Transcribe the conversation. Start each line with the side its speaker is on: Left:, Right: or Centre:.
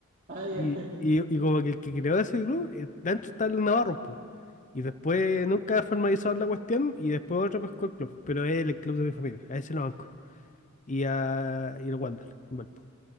Right: Ah, ya,
Left: y,
Right: ya.
Left: y, y como que el que creó ese club, eh, dentro está el Navarro, po. Y después nunca formalizaron la cuestión y después otro pescó el club, pero es el club de mi familia, a ese lo banco. Y, a, y el Wander, en Valpo.